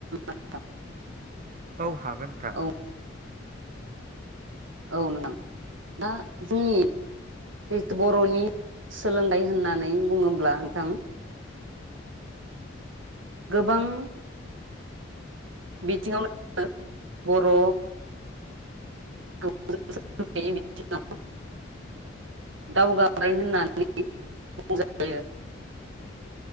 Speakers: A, on the right (about 80°); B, on the right (about 45°).
A: <unintelligible>
B: औ हागोन नोंथां।
A: औ औ नोंदां दा जोंनि जिथु बर'नि सोलोंथाइ होननानै बुङोब्ला नोंथां गोबां बिथिङावनो बर' <unintelligible> दावगाबाय होननानै बुंजायो